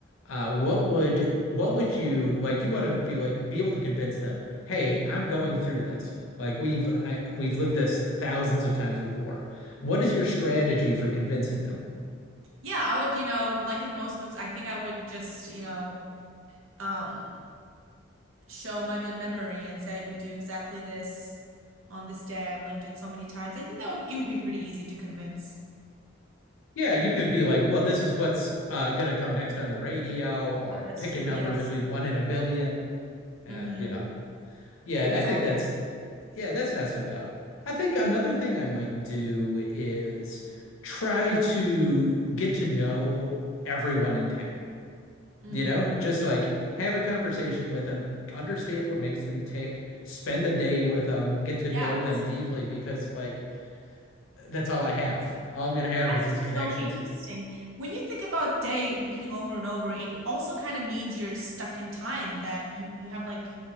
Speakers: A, on the left (about 80°); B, on the right (about 80°).
A: Uh, what
B: Mhm.
A: would what would you like? You want to be like be able to convince them, "Hey, I'm going through this. Like we've I, we've lived this thousands of times before." What is your strategy for convincing them?
B: Yeah, I would, you know, like in most moves, I think I would just, you know, um, show my good memory and say you do exactly this on this day. I've lived it so many times. I think that would it would be pretty easy to convince
A: Yeah, you
B: them.
A: could be like, well, this is what's uh, going to come next on the radio, or
B: Oh, that's
A: pick
B: true.
A: a number
B: Yes.
A: between one and a billion. And,
B: Mm-hmm.
A: you know, yeah,
B: Exactly.
A: I think that's, yeah, that's not so tough. I think another
B: Mm-hmm.
A: thing I might do is try to get to know everyone in town,
B: hmm
A: you know, just like have a conversation with them, understand what makes them tick, spend the day with them, get to
B: Yes.
A: know them deeply, because, like, that's all I have. All I'm going to have
B: That's
A: is these connections.
B: so interesting. When you think about day repeating over and over, it also kind of means you're stuck in time, that you you have like